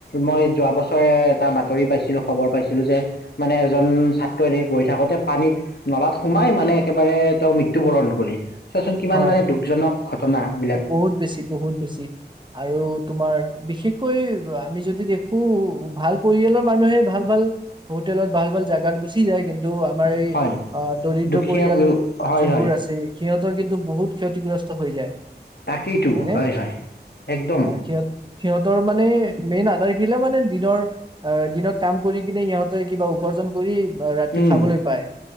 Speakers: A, on the left (about 65°); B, on the right (about 25°).
A: মই যোৱা বছৰে এটা বাতৰি পাইছিলোঁ, খবৰ পাইছিলোঁ যে, মানে এজন ছাত্ৰ এনেক গৈ থাকোঁতে পানীত, নলাত সোমাই মানে একেবাৰে তেওঁ মৃত্যু বৰণ কৰি। চোৱাচোন কিমান
B: হয়
A: মানে দুখজনক ঘটনা এইবিলাক।
B: বহুত বেছি বহুত বেছি আৰু তোমাৰ বিশেষকৈ আমি যদি দেখো ভাল পৰিয়ালৰ মানুহে ভাল ভাল হোটেলত ভাল ভাল জাগাত গুচি যায়, কিন তো আমাৰ এই
A: হয়
B: অ, দৰিদ্ৰ
A: দুখীয়া
B: পৰিয়াল
A: হয়
B: যোনবোৰ
A: হয়
B: আছে, সিহঁত তৰ কিন্তু বহুত ক্ষতিগ্ৰস্ত হৈ যায়।
A: তাকেইতো
B: হয়নে
A: হয়, হয়, একদম।
B: আহ সিহঁত সিহঁতৰ মানে মেইন আধাৰশিলা মানে দিনৰ অ দিনত কাম কৰি কিনে সিহঁতে কিবা উপাৰ্জন কৰি আ ৰাতি
A: উম
B: খাবলৈ পায়,